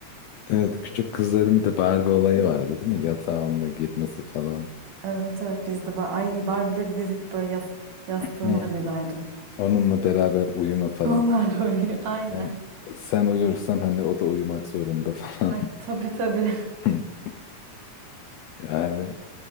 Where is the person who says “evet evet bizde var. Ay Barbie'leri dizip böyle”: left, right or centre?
Right